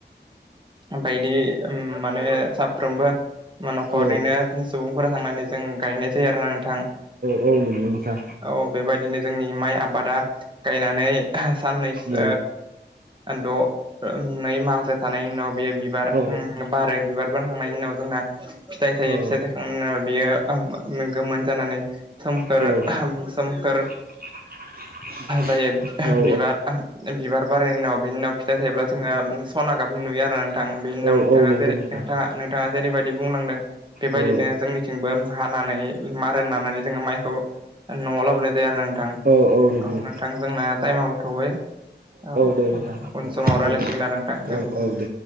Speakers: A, on the right; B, on the right.
A: बायदि माने साफ्रोमबो न'खरनिनो
B: औ
A: सुबुंफोरा थांनानै जों गायनाय जायो आरोा नोंथां
B: औ नंगौ नोंथां
A: औ बेबायदिनो जोंनि माइ आबादा गायनानै साननैसो
B: औ
A: द' नै माहासो थानायनि उनाव बेयो बिबार
B: औ
A: बारो बिबार थांनायनि उनाव जोंना फिथाइ थायो
B: औ
A: फिथाइ थाखांनायनि उनाव बियो गोमोन जानानै सोमखोर
B: औ औ
A: सोमखोर
B: <inaudible>
A: जायो
B: औ
A: बिबार बिबार बारनायनि उनाव बिनि उनाव फिथाइ थायोब्ला जोंङो सना गाबनि उनाव आरो नोंथां बेनि उनाव
B: औ
A: नोंथांङा
B: औ नंगौ
A: जेरै
B: नोंथां
A: नोंथांङा जेरैबायदि बुंलांदों बेबायदिनो
B: औ
A: जोंनिथिंबो हानानै मार होननानै जोंङो माइखौ न'आव लाबोनाय जाया आरो नोंथां
B: औ नंगौ
A: नोंथां जोंना टाइमाबोथौबाय औ
B: दे नोंथां
A: उन समाव
B: गोजोनथों
A: रायज्लायसिगोन आरो नोंथां गोजोनथों।
B: औ दे